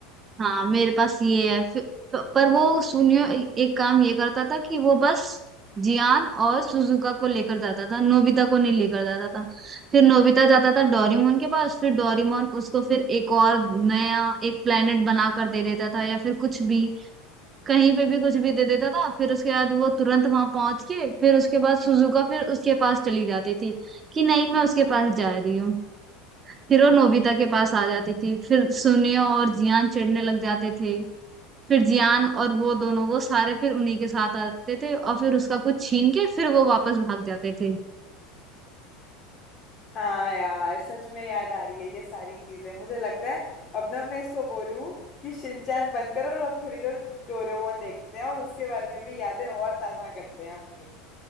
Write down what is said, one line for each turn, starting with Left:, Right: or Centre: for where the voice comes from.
Right: हाँ मेरे पास ये है फिर- तो, पर वो सुनियो एक काम ये करता था कि वो बस जियान और सुजुका को लेकर जाता था नोबिता को नहीं लेकर जाता था फिर नोबिता जाता था डोरेमोन के पास फिर डोरेमोन उसको फिर एक और नया एक प्लेनेट बना कर दे देता था या फिर कुछ भी कहीं पे भी कुछ भी दे देता था फिर उसके बाद वो तुरंत वहां पहुंच के फिर उसके बाद सुजुका फिर उसके पास चली जाती थी कि नहीं मैं उसके पास जा रही हूँ फिर वो नोबिता के पास आ जाती थी फिर सुनियो और जियान चिढ़ने लग जाते थे फिर जियान और वो दोनों वो सारे फिर उन्हीं के साथ आते थे और फिर उसका कुछ छीन के फिर वो वापस भाग जाते थे
Left: हाँ यार सच में याद आ रही है ये सारी चीजें मुझे लगता है अब ना मैं इसको बोलूं कि शिनचैन बंद करो और अब थोड़ी देर डोरेमोन देखते हैं और उसके बारे में भी यादें और ताजा करते हैं अपनी